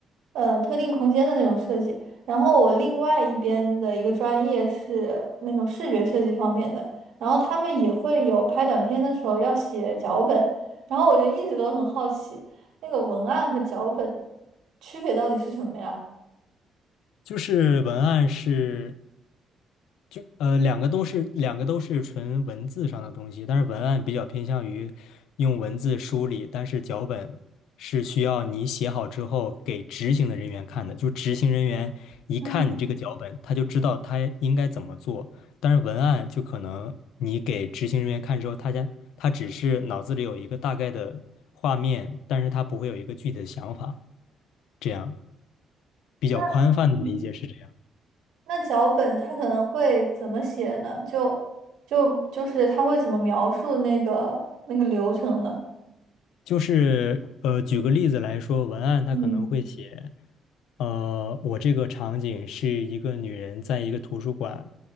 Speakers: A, on the right; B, on the left.
A: 呃特定空间的那种设计。然后我另外一边的一个专业是那种视觉设计方面的，然后他们也会有拍短片的时候要写脚本。然后我就一直都很好奇，那个文案和脚本区别到底是什么呀？
B: 就是文案是就呃，两个都是两个都是纯文字上的东西，但是文案比较偏向于用文字梳理，但是脚本是需要你写好之后给执行的人员看的，就执行人员一看你这个脚本，
A: 嗯
B: 他就知道他应该怎么做。但是文案就可能你给执行人员看之后，他家他只是脑子里有一个大概的画面，但是他不会有一个具体的想法，这样比较宽泛的理解是这样。
A: 那嗯那脚本它可能会怎么写呢？就就就是它会怎么描述那个那个流程呢？
B: 就是呃，举个例子来说，文案它可能会写，
A: 嗯
B: 呃，我这个场景是一个女人在一个图书馆，